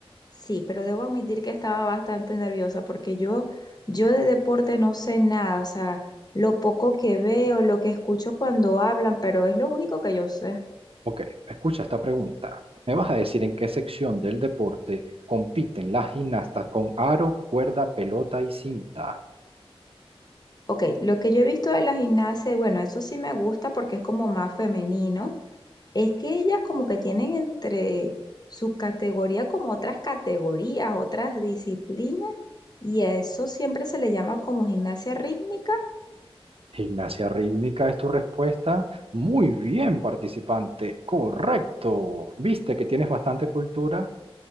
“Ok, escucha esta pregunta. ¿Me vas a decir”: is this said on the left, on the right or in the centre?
Right